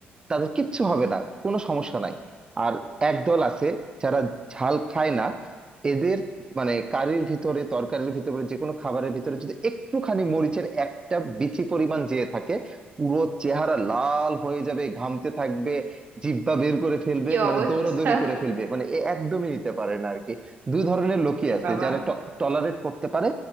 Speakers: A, on the right; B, on the right.
A: তাদের কিচ্ছু হবে না কোনো সমস্যা নাই আর একদল আছে যারা ঝাল খায় না এদের মানে কারির ভিতরে তরকারির ভিতরে যে কোনো খাবারের ভিতরে যদি একটুখানি মরিচের একটা বিচি পরিমাণ যেয়ে থাকে পুরো চেহারা লাল হয়ে যাবে ঘামতে থাকবে জিহ্বা বের করে ফেলবে
B: কি
A: মানে
B: অবস্থা
A: দৌড়াদৌড়ি করে ফেলবে মানে এ একদমই নিতে পারে না আর কি দুই ধরনের লোকই
B: এ
A: আছে
B: বাবা
A: যারা টলারেট করতে পারে